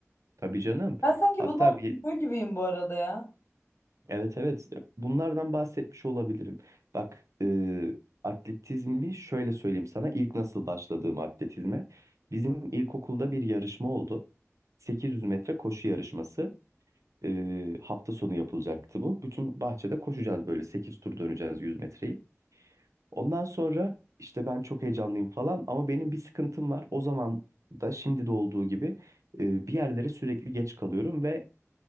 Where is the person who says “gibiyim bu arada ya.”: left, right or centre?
Left